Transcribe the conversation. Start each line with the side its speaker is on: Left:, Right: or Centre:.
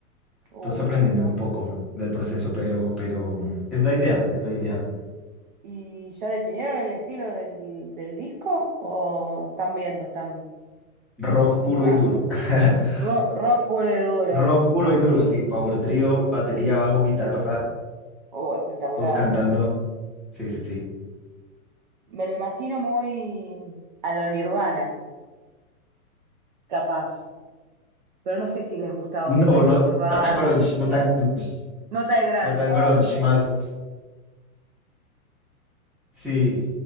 Right: Oh,
Centre: Todos aprendiendo
Right: qué bueno.
Centre: un poco del proceso, pero, pero es la idea, es la idea.
Right: ¿Y ya definieron el estilo del, del disco? ¿O están viendo, están
Centre: Rock puro
Right: buscando?
Centre: y duro. <laughs>
Right: Ro- rock puro y duro.
Centre: Rock puro y duro, sí. Power trío, batería, bajo, guitarra,
Right: Oh, espectacular.
Centre: todos cantando. Sí, sí, sí.
Right: Me lo imagino muy a lo Nirvana, capaz. Pero no sé si les gustaba
Centre: No,
Right: a ustedes
Centre: no
Right: Nirvana.
Centre: tan grunge, no tan grunge,
Right: Nota de grunge.
Centre: no tan
Right: Ah,
Centre: grunge.
Right: ok.
Centre: Más, sí.